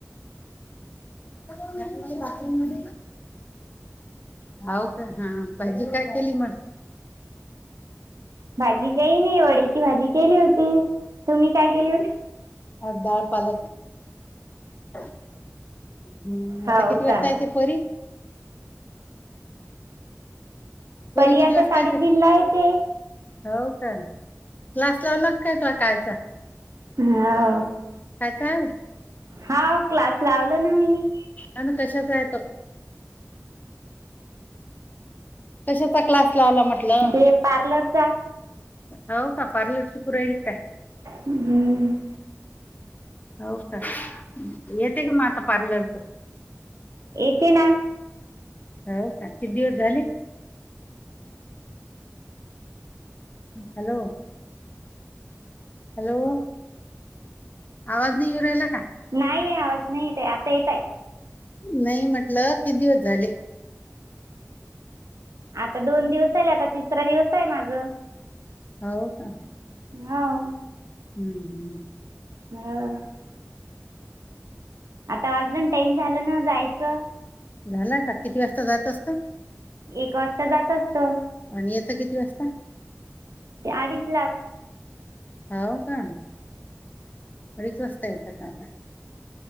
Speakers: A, on the left (about 30°); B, on the right (about 80°).
A: बाथरूम मध्ये, हाऊ का हा, भाजी काय केली मग.
B: भाजी काही नाही, वड्याची भाजी केली होती. तुम्ही काय केली होती
A: आज डाळ पालक. हम्म..
B: हो
A: आता किती वाजता
B: का
A: येते परी.
B: परी
A: किती
B: आता
A: वाजता
B: साडेतीनला
A: येते
B: येते.
A: हो का, क्लास लावलात काय तो कालचा.
B: <unintelligible>
A: काय सांग.
B: हांव क्लास लावला ना मी नी.
A: आणि कशाचा आहे तो. कशाचा क्लास लावला म्हटलं.
B: ते पार्लरचा
A: हो का, पार्लर शिकू राहिली कां.
B: हम्म..
A: हो का, येते का मग आता पार्लरच.
B: येते ना.
A: हो का, किती दिवस झाले. Hello, hello. आवाज नाही येऊ राहिला का
B: नाही आवाज नाही येत, आहे आता येताय.
A: नाही म्हटलं, किती दिवस झाले.
B: आता दोन दिवस झाले, आता तिसरा दिवस आहे माझं.
A: हो कां.
B: होव
A: हम्म हम्म.
B: हा. आता वाजलं ना, टाइम झालं ना जायचं.
A: झाला का, किती वाजता जातं असतं?
B: एक वाजता जात असतं.
A: आणि येतं किती वाजता?
B: अडीच लाख
A: हाव का? अडीच वाजता येत का आता?